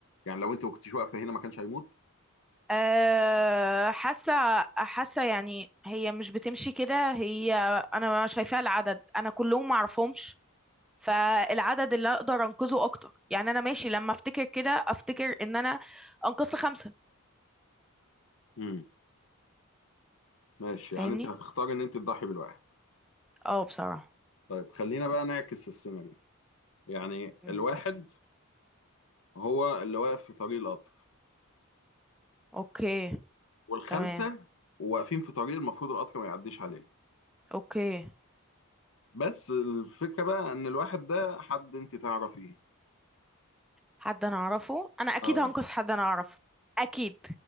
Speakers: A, on the left; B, in the centre.
A: يعني لو انت ما كنتيش واقفة هنا ما كانش هيموت
B: أه حاسة حاسة يعني هي مش بتمشي كده هي أنا شايفاها العدد أنا كلهم معرفهمش فالعدد اللي أقدر أنقذه أكتر يعني أنا ماشي لما أفتكر كده أفتكر إن أنا أنقذت خمسة
A: امم ماشي
B: فاهمني؟
A: يعني انت هتختاري ان انت تضحي بالواحد
B: اه بصراحة
A: طيب خلينا بقى نعكس السيناريو يعني
B: مم.
A: الواحد هو اللي واقف في طريق القطر
B: أوكي
A: والخمسه
B: تمام
A: واقفين في طريق المفروض القطر ما يعديش عليه
B: أوكي
A: بس الفكره بقى ان الواحد ده حد انت تعرفيه
B: حد انا اعرفه انا اكيد
A: اه
B: هنقص حد انا اعرفه اكيد